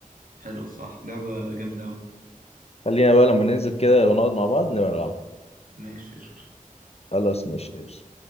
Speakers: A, on the right (about 70°); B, on the left (about 45°).
A: حلو الصراحة لعبة جامدة أوي
B: خلينا بقى لما ننزل كده ونقعد مع بعض نبقى نلعبها
A: ماشي قشطة
B: خلاص ماشي ماشي